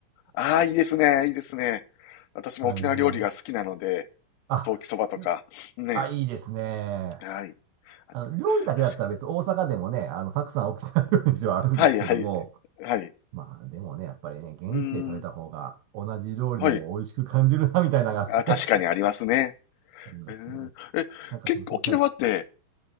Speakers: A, on the left; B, on the right.
A: ああ、いいですね。いいですね。私も沖縄料理が好きなので、
B: はい、もう。あ、
A: ソーキそばとか、
B: いい、
A: ね。
B: あ、いいですね。
A: はい。あて確
B: あの、料理だけだったら別に大阪でもね、あの、たくさん沖縄料理店はあるんですけども、
A: かに。はい、はい、はい。
B: まあでもね、やっぱりね、現地で食べた方が同じ料理でも美味しく感じるな、
A: うーん。はい。
B: みたいなのがあって
A: あ、確かにありますね。
B: <laughs> ありますね。
A: えー、え、
B: なんかその、
A: 結構沖縄って
B: はい、